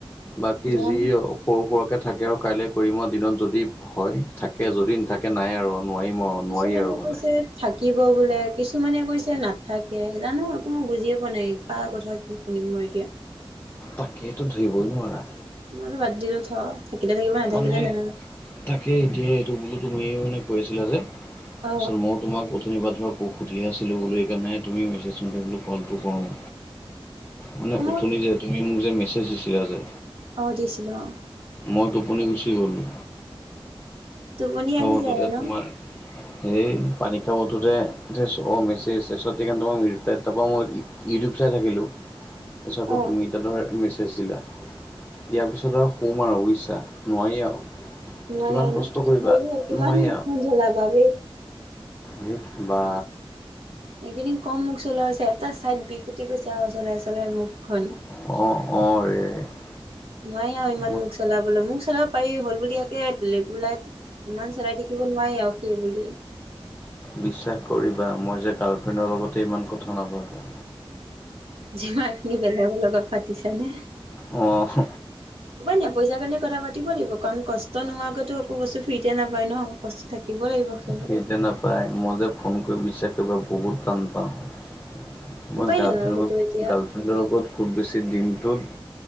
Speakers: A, on the left; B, on the right.
A: বাকী
B: জানো
A: যি সৰু সুৰাকে থাকে আৰু কাইলৈ কৰিম মই দিনত যদি হয়, থাকে যদি নাথাকে নাই আৰু। নোৱাৰিম আৰু
B: কিছুমানে
A: নোৱাৰি আৰু
B: কৈছে
A: মানে।
B: থাকিব বোলে কিছুমানে কৈছে নাথাকে জানো একো মই বুজিয়ে পোৱা নাই কাৰ কথা কি শুনিম মই এতিয়া।
A: তাকেইেতো ধৰিবই নোৱাৰা।
B: মই বাদ দিলো থ' থাকিলে থাকিব নাথাকিলে
A: মানে
B: না।
A: তাকে এতিয়া এইটো বোলো তুমিয় মানে কৈ আছিলা যে তাৰপিছত
B: অ
A: মই তোমাক শুনিবা ধৰক ক'ক সুধি আছিলো বুলি এইকাৰণে তুমি মেছেজটোলো কলটো কৰোঁ। মানে
B: মোক
A: উঠনি যে তুমি মোক যে মেছেজ দিছিলা যে
B: অ' দিছিলোঁ অ'।
A: মই টোপনি গুচি গ'লোঁ।
B: টোপনি আহি
A: উঠোতে
B: যায় আৰু ন'?
A: তোমাৰ সেই পানী খা বঠোঁতে মেছেজ চছে সেইকাৰণই ইউৰিপ্লাই তাৰপৰা মই ইউটিউব চাই থাকিলোঁ।
B: <inaudible>
A: এই চবটো
B: অ'
A: তুমি তেদৰে মেছেজ দিলা, ইয়াৰ পিছত আৰু শুম আৰু বুজিছা, নোৱাৰি আৰু।
B: মই
A: কিমান
B: এনে
A: কষ্ট
B: কি
A: কৰিবা
B: হয় কিমান
A: নোৱাৰি
B: জলা পাৰি।
A: দেট বা।
B: এইকেইদিন কম মুখ চলাইছে, এটা চাইদ বিকুটি গৈছে আৰু চলাই চলাই মুখখন।
A: অ', অ' ৰে।
B: নোৱাৰি আৰু ইমান
A: মই
B: মোক চলাবলৈ, মোক চলাব পাৰি হ'ল বুলি য়াকে লিক লাক। ইমান চলাই থাকিব নোৱাৰি আৰু সেই বুলি।
A: বিশ্বাস কৰিবা মই যে গাৰ্লফ্ৰেণ্ডৰ লগতে ইমান কথা নাপাতো।
B: যিমানখিনি বেলেগৰ লগত পাতিছানে।
A: অ'।
B: উপাই নাই পইচাৰ কাৰণে কথা পাতিব লাগিব কাৰণ কষ্ট নোহোৱাকৈ একো বস্তু ফ্ৰীতে নাপায় ন'? কষ্ট থাকিবই লাগিব। সেইবোৰত
A: সেইটো নাপায়, মই যে ফোন কৰি বিশ্বাস কৰা বহুত টান পাওঁ। মই
B: উপায়
A: গাৰ্লফ্ৰেণ্ডৰত
B: নাই আৰু সেইটো এতিয়া
A: গাৰ্লফ্ৰেণ্ডৰ লগত খুব বেছি দিনটোত